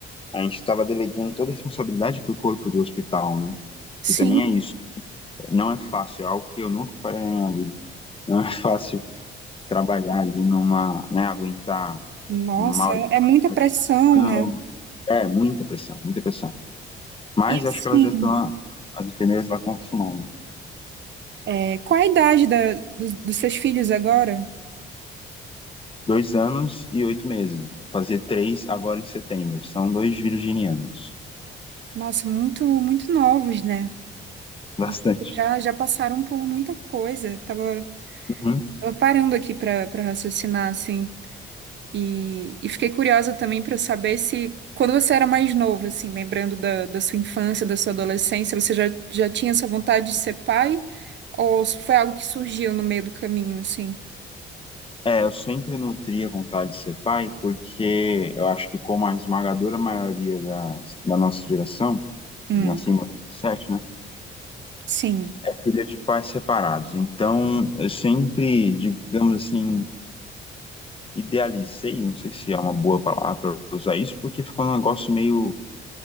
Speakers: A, on the left; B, on the right.
A: a gente estava delegando toda a responsabilidade para o corpo do hospital, né?
B: Sim.
A: Que também é isso. Não é fácil, é algo que eu nunca farei na minha vida. Não é fácil trabalhar ali numa, né, aguentar
B: Nossa,
A: um mal
B: é é muita
A: educação.
B: pressão, né?
A: É, muita pressão, muita pressão. Mas
B: E assim,
A: acho que elas já estão, as enfermeiras lá estão acostumadas.
B: É, Qual a idade da- dos, dos seus filhos agora?
A: Dois anos e oito meses. Fazer três agora em setembro. São dois virginianos.
B: Nossa, muito, muito novos, né?
A: Bastante.
B: E já, já passaram por muita coisa. Tava,
A: Uhum.
B: tava parando aqui para para raciocinar, assim. E, e fiquei curiosa também para saber se, quando você era mais novo, assim, lembrando da, da sua infância, da sua adolescência, você já, já tinha essa vontade de ser pai? Ou se foi algo que surgiu no meio do caminho, assim?
A: É, eu sempre nutri a vontade de ser pai, porque eu acho que como a esmagadora maioria da, da nossa geração,
B: Hum,
A: eu nasci em 97, né,
B: sim.
A: é filha de pais separados. Então, eu sempre, digamos assim, idealizei, não sei se é uma boa palavra usar isso, porque ficou um negócio meio